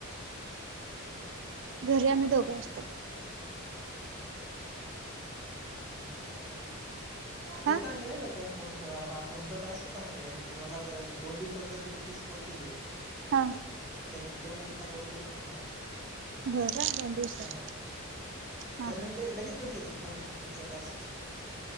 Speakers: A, on the right; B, in the centre.
A: घरी आम्ही दोघं असतो.
B: हम्म चांगलाकी.
A: का?
B: हे चांगलं आहे बर का फोन हा फोनचा टास्क चांगला आहे तुमला एक दोन दिवसात जर तुम्ही तीस कॉल केले
A: हा
B: तर एक दोन अडीच हजार रुपये भेटून जातात
A: होय काय दोन दिवसात
B: हा
A: हा
B: का मग
A: हा
B: ते लगेच पैसे येत फोन चटास्ची <unintelligible>